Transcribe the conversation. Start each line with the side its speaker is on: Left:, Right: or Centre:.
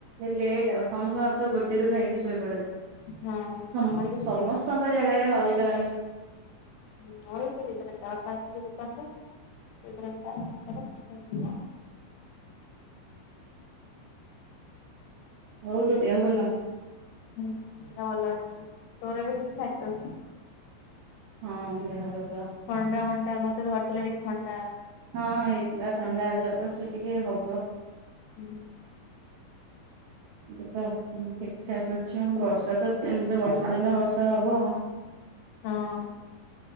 Right: ଲେଟ୍ ଆଉ ସମସ୍ତେ ତ ଗୋଟେ ରୁ ଖାଇକି ଶୋଇ ପଡନ୍ତି,
Left: ହଁ
Right: ସମସ
Left: ଆମର ବି ସେ
Right: ସମସ୍ତଙ୍କ ଆଲଗା ଅଲଗା
Left: ହଁ ମୋର ସେଇ ଦିଟା ତିନିଟା, ବାପା ଆସିଲେ ଦୋକାନ ରୁ <unintelligible>
Right: ହଉ ତ ଦେହ ଭଲ?
Left: ହୁଁ, ଦେହ ଭଲ ଅଛି, ତୋର ଏବେ ଠିକ ଠାକ ତ?
Right: ହଁ ଦେହ ଭଲ
Left: ଥଣ୍ଡା ମଣ୍ଡା ମତେ ଧରିଥିଲା ଟିକେ ଥଣ୍ଡ
Right: ହଁ, ହେଇଥିଲା ଥଣ୍ଡା ଜର ସେଟିି କେ ହବ।
Left: ହୁଁ।
Right: ଏବେ ତ ଠିକ୍ ଠାକ୍ ଅଛୁଁ ।ବର୍ଷା ତ ଏମତି ତ ବର୍ଷା ଦିନ ବର୍ଷା ହବ ଆଉଁ।
Left: ହଁ।